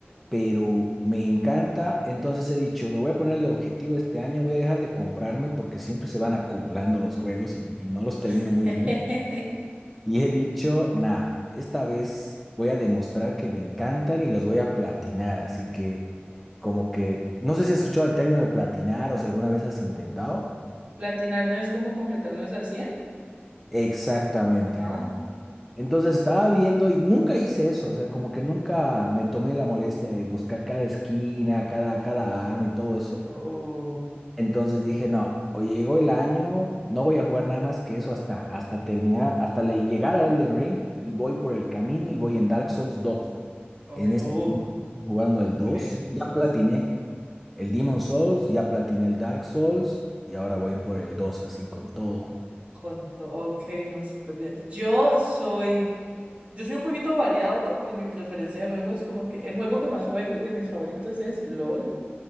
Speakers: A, in the centre; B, on the right.
A: Pero me encanta, entonces he dicho, me voy a poner de objetivo este año, voy a dejar de comprarme porque siempre se van acumulando los juegos y, y no los termino
B: <laughs>
A: muy bien. Y he dicho, nah, esta vez voy a demostrar que me encantan y los voy a platinar. Así que, como que, no sé si has escuchado el término de platinar o si alguna vez has intentado.
B: Platinar no es como completarlos al 100.
A: Exactamente,
B: Ajá.
A: como. Entonces estaba viendo y nunca hice eso, o sea, como que nunca me tomé la molestia de buscar cada esquina, cada, cada arma y todo eso.
B: Oh,
A: Entonces dije, no, o llegó el año, no voy a jugar nada más que eso hasta, hasta terminar, hasta le- llegar a Elden Ring y voy por el camino y voy en Dark Souls dos.
B: ok,
A: En este
B: oh,
A: momento estoy jugando el
B: ok,
A: dos
B: el
A: Ya
B: 2.
A: platiné el Demon Souls, ya platiné el Dark Souls y ahora voy por el 2 así con todo.
B: Conto, ok, no, súper bien. Yo soy, yo soy un poquito variado como en mi preferencia de juegos, como que el juego que más juego y de mis favoritos es LOL.